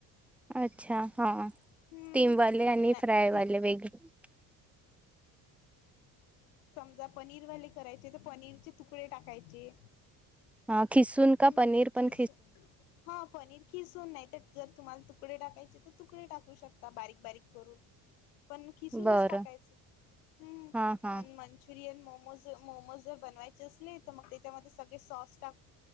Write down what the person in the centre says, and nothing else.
अच्छा हा
स्टीमवाले आणि
फ्राय वाले
वेगळे
हा खिसून का
पनीर पण
बरं
हा हा